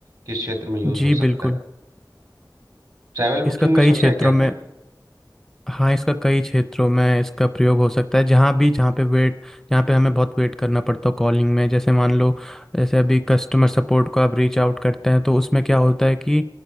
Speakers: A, on the right; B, in the centre.
A: किस क्षेत्र में यूज
B: जी
A: हो सकता
B: बिल्कुल
A: है ट्रैवल
B: इसका
A: बुकिंग में
B: कई
A: सोचा
B: क्षेत्रों
A: है क्या आपने
B: में हाँ इसका कई क्षेत्रों में इसका प्रयोग हो सकता है जहाँ भी जहाँ पे वेट जहाँ पे हमें बहुत वेट करना पड़ता है कॉलिंग में जैसे मान लो जैसे अभी कस्टमर सपोर्ट को आप रीच आउट करते हैं तो उसमें क्या होता है कि